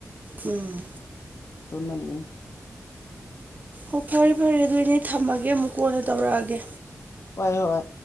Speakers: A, on the right; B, on the left.
A: ꯎꯝ
B: ꯇꯅꯅꯤ
A: ꯎꯨ ꯐꯔ ꯐꯔ ꯑꯗꯨꯗꯤ ꯊꯝꯃꯒꯦ ꯑꯃꯨꯛ ꯀꯣꯟꯅ ꯇꯧꯔꯛꯑꯒꯦ
B: ꯍꯣꯏ ꯍꯣꯏ